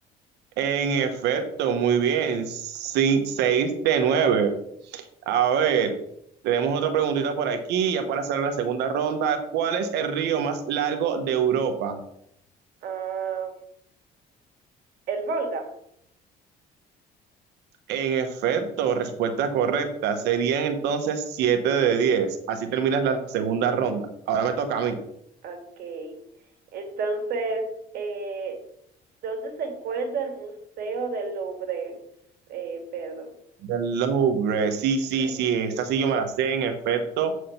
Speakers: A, on the right; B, on the right.
A: En efecto, muy bien. Sí, seis de nueve. A ver, tenemos otra preguntita por aquí, ya para hacer la segunda ronda. ¿Cuál es el río más largo de Europa?
B: Am, el Volga.
A: En efecto, respuesta correcta. Serían entonces siete de diez. Así terminas la segunda ronda. Ahora me toca a mí.
B: Ok. Entonces, eh, ¿dónde se encuentra el Museo del Louvre? Eh, perdón,
A: Del Louvre, sí, sí,
B: Louvre.
A: sí, esta sí yo me la sé, en efecto.